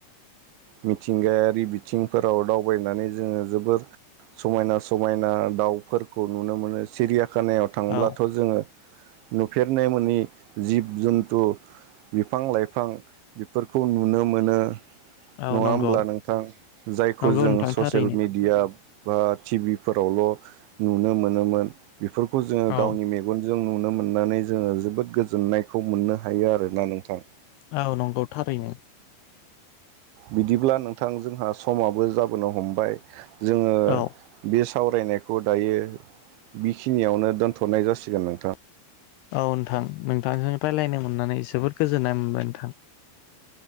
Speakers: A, on the right; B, on the left.
A: मिथिंगायारि बिथिंफोराव दावबायनानै जोङो जोबोर समायना-समायना दाउफोरखौ नुनो मोनो सिरियाखानाया थांब्लाथ'
B: औ
A: जोङो नुफेरनाय मोनि जिब-जुन्थु बिफां-लाइफां बेफोरखौ नुनो मोनो।
B: औ
A: नङा
B: नंगौ
A: होमब्ला नोंथां जायखौ
B: नंगौ
A: जों
B: नोंथां
A: ससियेल
B: थारैनो
A: मिडिया बा टि भिफोरावल' नुनो मोनोमोन बेफोर। खौ जोङो
B: औ
A: गावनि मेगन जों नुनो मोननानै जोङो जोबोद गोजोननायखौ मोननो हायो आरोना नोंथां।
B: औ नंगौ थारैनो
A: बिदिब्ला नोंथां जोंहा समाबो जाबोनो हमबाय। जोङो
B: औ
A: बेस सावरायनायखौ दायो बिखिनियावनो दोनथ'नाय जासिगोन नोंथां।
B: औ नोंथां नोंथांजों रायलायनो मोननानै जोबोद गोजोननाय मोनबाय नोंथां।